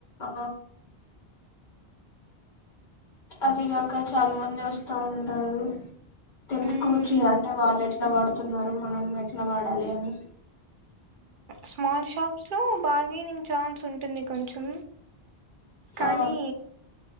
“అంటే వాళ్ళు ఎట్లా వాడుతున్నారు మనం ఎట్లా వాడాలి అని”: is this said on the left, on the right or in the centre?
Left